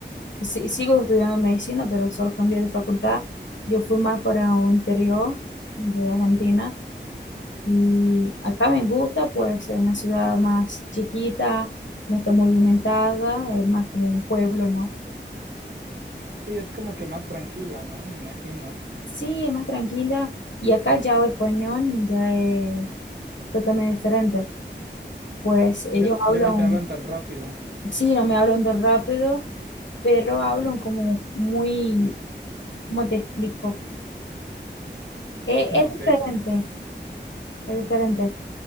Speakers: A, on the left; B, on the right.
A: sí, sigo estudiando medicina, pero solo cambié de facultad. Yo fui más para un interior de Argentina y acá me gusta, pues es una ciudad más chiquita, no está movimentada, es más como un pueblo, ¿no?
B: Sí, es como que más tranquila, ¿no? Me imagino.
A: Sí, es más tranquila y acá ya el español ya es totalmente diferente, pues ellos
B: Ya,
A: hablan,
B: ya no te hablan tan rápido.
A: sí, no me hablan tan rápido, pero hablan como muy, ¿cómo te explico? Eh, es
B: No
A: diferente,
B: sé.
A: es diferente.